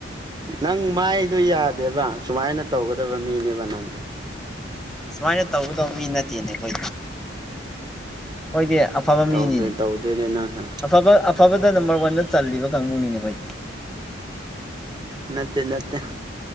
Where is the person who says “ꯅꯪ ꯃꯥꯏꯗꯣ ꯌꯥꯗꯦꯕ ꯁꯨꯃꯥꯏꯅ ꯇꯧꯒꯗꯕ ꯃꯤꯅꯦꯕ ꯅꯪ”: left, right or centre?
Right